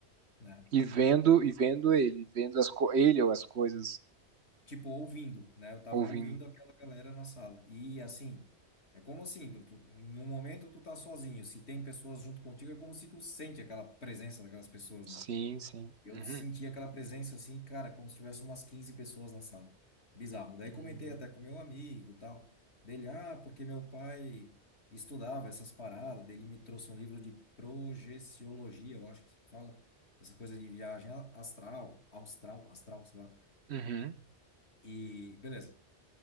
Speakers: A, on the left; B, on the right.
A: né?
B: E vendo, e vendo ele, vendo as co- ele ou as coisas,
A: Tipo, ouvindo, né? Eu tava
B: ouvindo.
A: ouvindo aquela galera na sala. E assim, é como assim, tu, tu- em um momento tu tá sozinho, se tem pessoas junto contigo, é como se tu sente aquela presença daquelas pessoas,
B: Sim,
A: né?
B: sim.
A: Eu
B: Uhum.
A: senti aquela presença assim, cara, como se tivesse umas 15 pessoas na sala. Bizarro. Daí
B: Hum.
A: comentei até com meu amigo, e tal, dele, ah, porque meu pai estudava essas paradas, dele me trouxe um livro de projeciologia, eu acho que se fala essa coisa de viagem a- astral, austral, astral, sei lá.
B: Uhum,
A: E beleza.